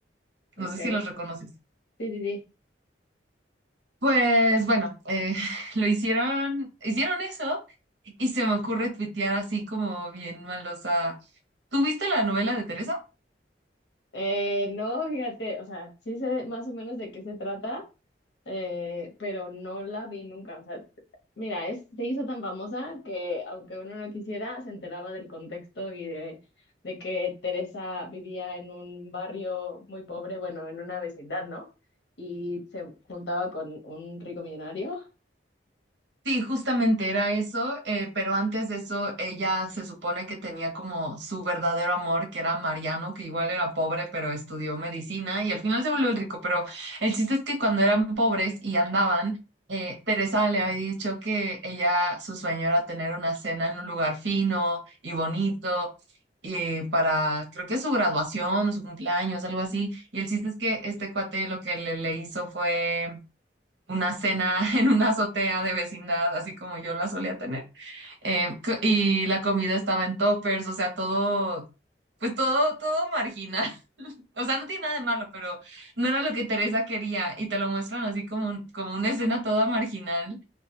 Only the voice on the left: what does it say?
Ok,
sí,
sí, sí.
Eh, no, fíjate, o sea, sí sé más o menos de qué se trata, eh, pero no la vi nunca. O sea, mira, es, se hizo tan famosa que aunque uno no quisiera, se enteraba del contexto y de, de que Teresa vivía en un barrio muy pobre, bueno, en una vecindad, ¿no? Y se juntaba con un rico millonario. <laughs>